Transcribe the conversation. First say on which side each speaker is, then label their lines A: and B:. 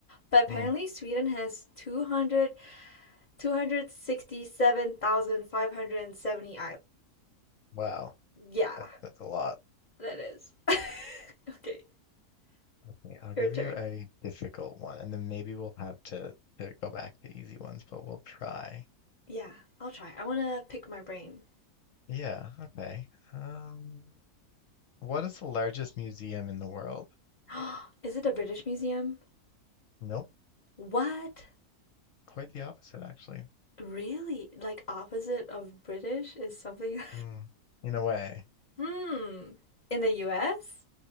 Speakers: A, on the left; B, on the left.
A: but apparently
B: Hmm.
A: Sweden has two hundred, two hundred sixty-seven thousand five hundred and seventy
B: Wow.
A: islands. Yeah,
B: That, that's a lot.
A: that is. <laughs> okay,
B: Okay, I'll give
A: your turn.
B: you a difficult one, and then maybe we'll have to, to go back to easy ones, but we'll try.
A: Yeah, I'll try. I want to pick my brain.
B: Yeah, okay. Um, What is the largest museum in the world?
A: <gasps> is it the British Museum?
B: Nope,
A: What?
B: quite the opposite, actually.
A: Really? Like opposite of British is something
B: Hmm, in a way.
A: <laughs> Hmm. In the US?